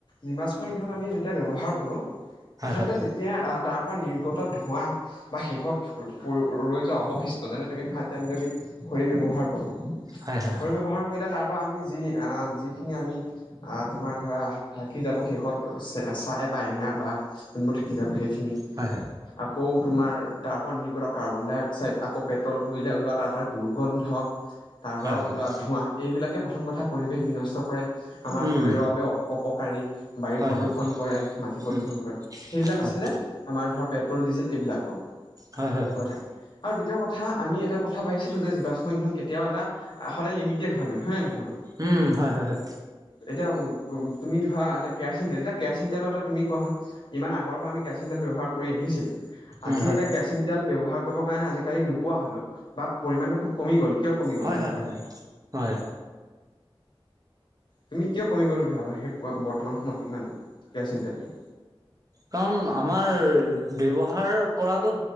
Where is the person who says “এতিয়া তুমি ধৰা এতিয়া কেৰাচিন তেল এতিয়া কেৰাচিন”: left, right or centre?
Left